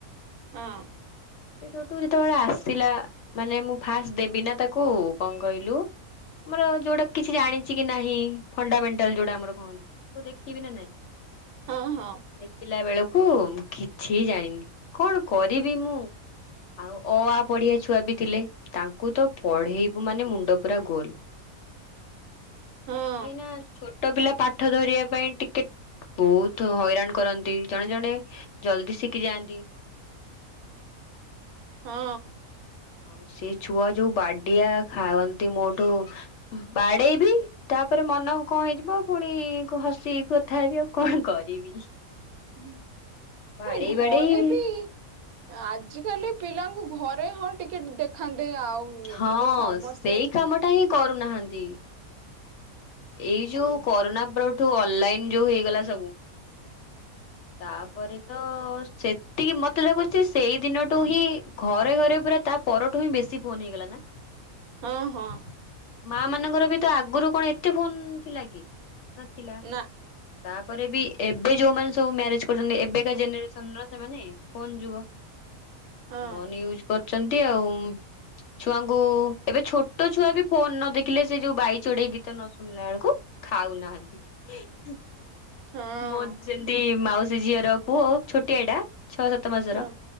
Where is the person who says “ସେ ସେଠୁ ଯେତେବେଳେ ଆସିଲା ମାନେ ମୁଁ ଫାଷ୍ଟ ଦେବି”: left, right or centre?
Left